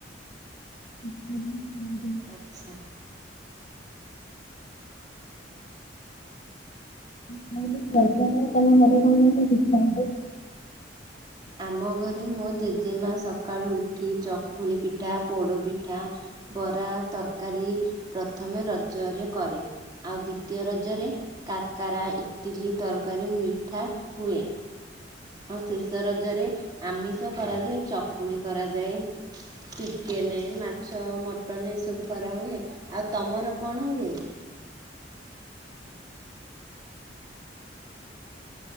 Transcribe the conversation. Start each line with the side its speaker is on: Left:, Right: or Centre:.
Left: <inaudible>
Right: ଆଛା।
Left: <unintelligible> ତମ ଘରେ କଣ କରିବାକୁ ଇଚ୍ଛା ହୁଏ?
Right: ଆମ ଘରେ ମୋ ଜେଜେମା ସକାଳୁ ଉଠି ଚକୁଳି ପିଠା ପୋଡ ପିଠା ବରା ତରକାରୀ ପ୍ରଥମେ ରଜରେ କରେ। ଆଉ ଦ୍ୱିତୀୟ ରଜରେ କାକରା ଇଟିଲି ତରକାରୀ ମିଠା ହୁଁଏ। ଆଉ ଶେଷ ରଜରେ ଆମିଷ କରାଯାଏ ଚକୁଳି କରାଯାଏ। ଚିକେନେ ମାଛ ମଟନ ଏ ସବୁ କରାହୁଏ ଆଉ ତମର କଣ ହୁଏ?